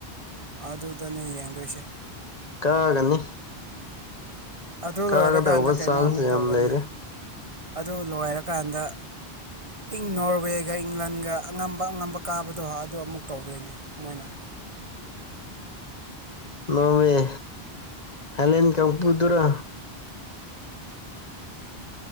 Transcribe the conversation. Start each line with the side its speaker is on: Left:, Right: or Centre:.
Right: ꯑꯗꯨꯗꯅꯦ ꯌꯦꯡꯗꯣꯏꯁꯦ
Left: ꯀꯥꯒꯅꯤ
Right: ꯑꯗꯨ
Left: ꯀꯥꯒꯗꯧꯕ
Right: ꯂꯣꯏꯔꯀꯥꯟꯗ ꯀꯩꯅꯣ
Left: ꯆꯥꯟꯁ
Right: ꯑꯃꯨꯛ
Left: ꯌꯥꯝ
Right: ꯇꯧꯒꯅꯤ
Left: ꯂꯩꯔꯦ
Right: ꯑꯗꯨ ꯂꯣꯏꯔꯀꯥꯟꯗ ꯏꯪ ꯅꯣꯔꯋꯦꯒ ꯏꯪꯂꯟꯒ ꯑꯉꯝꯕ ꯑꯉꯝꯕ ꯀꯥꯕꯗꯣ ꯑꯗꯨꯗ ꯑꯃꯨꯛ ꯇꯧꯗꯣꯏꯅꯦ ꯃꯣꯏꯅ
Left: ꯅꯃ ꯍꯂꯦꯟ ꯀꯥꯡꯄꯨꯗꯨꯔꯥ